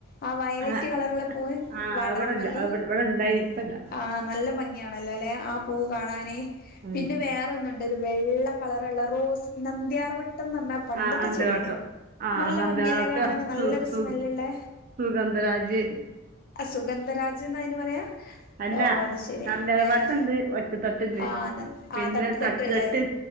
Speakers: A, on the left; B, on the right.
A: ആഹ് വയലറ്റ്
B: ആ
A: കളറുള്ള പൂവ്
B: ആഹ്
A: വാടാർ
B: ഇവടെല്ല
A: മല്ലി
B: ഇവ ഇവടെ ഇണ്ടായിനി ഇപ്പല്ല
A: ആഹ് നല്ല ഭംഗിയാ. നല്ല അല്ലെ ആഹ് പൂ കാണാന്
B: ഉം
A: പിന്നെ വേറൊന്നു ണ്ട് ഠ വെള്ള കളറൊള്ള റോസ് നന്ദ്യാർ വട്ടംന്ന് പറഞ്ഞ പണ്ടത്തെ
B: ആഹ് അന്തരാട്ടം
A: ചെടിയാണ്
B: ആഹ്
A: നല്ല
B: നമ്പ്യാർവട്ടം
A: ഭംഗിയല്ലേ കാണാന്. നല്ലൊരു
B: സു സു
A: സ്മെല്ലിള്ളേ.
B: സുഗന്ധരാജ്.
A: ആഹ് സുഗന്ധരാജെന്നാ അയിന് പറയാ.
B: അല്ല
A: ഓ അത് ശരി
B: നന്ദ്യാർവട്ടൊണ്ട്
A: ഏഹ്
B: ഒറ്റ തട്ടില്
A: ആഹ്
B: പിന്നെ
A: ആ
B: തട്ട്
A: തട്ടുള്ള
B: തട്ട്.